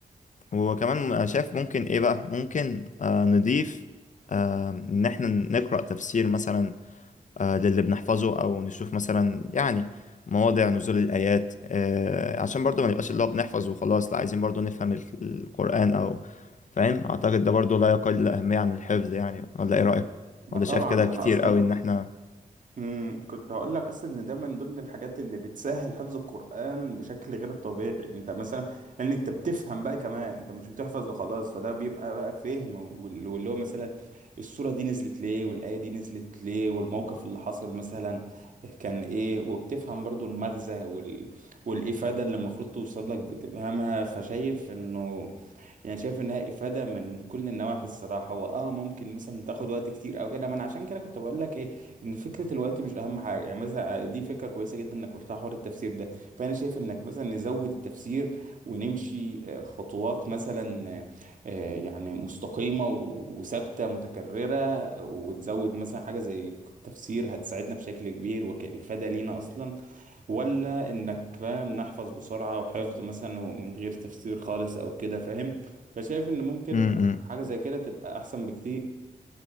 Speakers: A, on the left; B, on the right.
A: وكمان شايف ممكن ايه بقى ممكن آه نضيف آه ان احنا نقرأ تفسير مثلا آه، للي بنحفظه او نشوف مثلا يعني مواضع نزول الايات آه، عشان برضو ما نبقاش اللي هو بنحفظ وخلاص لا عايزين برضو نفهم ال- القرآن او فاهم اعتقد ده برضو لا يقل اهمية عن الحفظ يعني ولا ايه رأيك
B: ما
A: ولا
B: طبعا
A: شايف كده
B: ده
A: كتير
B: انا اصلا
A: قوي
B: كنت
A: ان احنا
B: امم كنت هقول لك اصلا ان ده من ضمن الحاجات اللي بتسهل حفظ القران بشكل غير طبيعي انت مثلا ان انت بتفهم بقى كمان انت مش بتحفظ وخلاص فده بيبقى بقى فهم وال- واللي هو مثلا السوره دي نزلت ليه والايه دي نزلت ليه والموقف اللي حصل مثلا كان ايه وبتفهم برضو المغزى وال... والافاده اللي المفروض توصل لك بتفهمها فشايف انه يعني شايف انها افاده من كل النواحي الصراحه واه ممكن مثلا تاخد وقت كتير او كده ما انا عشان كده كنت بقول لك ايه ان فكره الوقت مش اهم حاجه يعني مثلا دي فكره كويسه جدا انك قلتها حوار التفسير ده فانا شايف انك مثلا نزود التفسير ونمشي آه، خطوات مثلا آه، آه، يعني مستقيمه و- وثابته متكرره وتزود مثلا حاجه زي التفسير هتساعدنا بشكل كبير وكافاده لينا اصلا ولا انك فاهم نحفظ بسرعة وحفظ مثلا ومن غير تفسير خالص او كده فاهم فشايف ان ممكن
A: امم
B: حاجة زي كده تبقى احسن بكتير